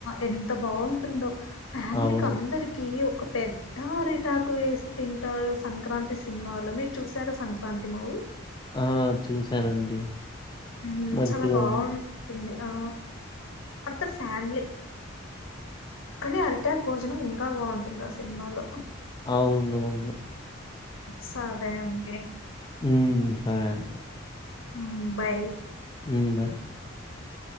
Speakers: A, on the left; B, on the left.
A: ఎంత బాగుంటుందో ఫ్యామిలీకి
B: అవును.
A: అందరికి ఒక పెద్ద అరిటాకు వేసి తింటారు సంక్రాంతి సినిమాలో మీరు చూసారా సంక్రాంతి మూవీ
B: ఆ చూశానండి
A: మ్మ్,
B: మంచిగా
A: చాలా బాగుంటుంది
B: ఉంది
A: ఆ మొత్తం ఫ్యామలీ కానీ అరిటాప్ భోజనం ఇంకా బాగుంటుంది ఆ సినిమాలో
B: అవును అవును
A: సరే అండి
B: ఉమ్ సరే అం
A: ఉమ్ బాయ్
B: ఉమ్ బాయ్
A: వ